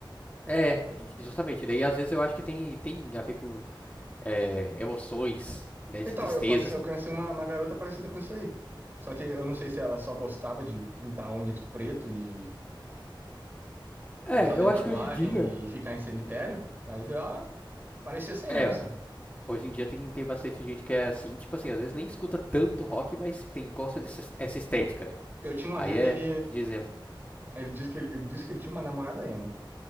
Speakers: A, on the left (about 20°); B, on the right (about 25°).
A: É, justamente. Daí às vezes eu acho que tem, tem a ver com é, emoções, né, de
B: Então,
A: tristeza,
B: eu conheci,
A: assim.
B: eu conheci uma, uma garota parecida com isso aí. Só que eu não sei se ela só gostava de pintar a unha de preto e,
A: É,
B: e fazer
A: eu acho
B: tatuagem
A: que hoje em dia.
B: e ficar em cemitério, mas ela parecia sem
A: É,
B: emo,
A: ó,
B: sim.
A: hoje em dia tem, tem bastante gente que é assim, tipo assim, às vezes nem escuta tanto rock, mas tem, gosta dessa est- essa estética, né?
B: Eu tinha um
A: Aí
B: amigo
A: é,
B: que ele,
A: dizemos,
B: ele disse que ele, ele disse que ele tinha uma namorada emo. Não